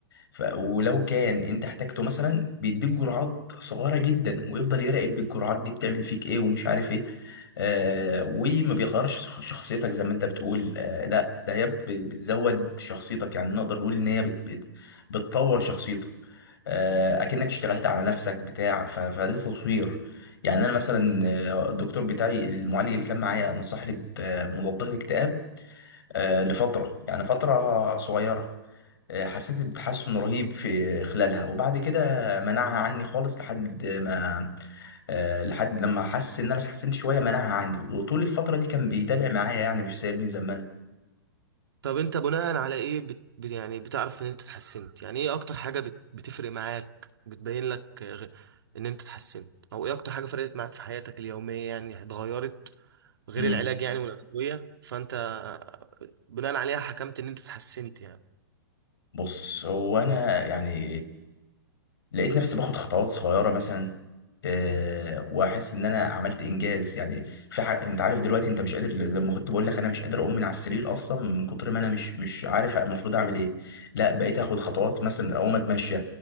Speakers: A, on the left (about 75°); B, on the right (about 70°).
A: ف... ولو كان انت احتاجته مثلا بيديك جرعات صغيرة جدا ويفضل يراقب بالجرعات دي بتعمل فيك ايه ومش عارف ايه آه وما بيغيرش شخ- شخصيتك زي ما انت بتقول آه لا ده هي بت- بتزود شخصيتك يعني نقدر نقول ان هي بت... بت... بتطور شخصيتك آه، اكنك اشتغلت على نفسك بتاع ف- فده تطوير يعني انا مثلا آه، الدكتور بتاعي المعالج اللي كان معايا نصحني بمضادات اكتئاب آه، لفتره يعني فتره صغيره آه، حسيت بتحسن رهيب في خلالها وبعد كده منعها عني خالص لحد ما آه، لحد لما حس ان انا اتحسنت شويه منعها عندي وطول الفتره دي كان بيتابع معايا يعني مش سايبني زي ما انا
B: طب انت بناء على ايه بت بت- يعني بتعرف ان انت اتحسنت يعني ايه اكتر حاجه بت بتفرق معاك بتبين لك آه، غ- ان انت اتحسنت او ايه اكتر حاجه فرقت معاك في حياتك اليوميه يعني اتغيرت غير
A: مم.
B: العلاج يعني والادويه فانت آه، بناء عليها حكمت ان انت اتحسنت يعني
A: بص هو انا يعني لقيت نفسي باخد خطوات صغيره مثلا أه واحس ان انا عملت انجاز يعني في حاجه انت عارف دلوقتي انت مش قادر زي ما كنت بقول لك انا مش قادر اقوم من على السرير اصلا من كتر ما انا مش مش عارف المفروض اعمل ايه لا بقيت اخد خطوات مثلا اقوم اتمشى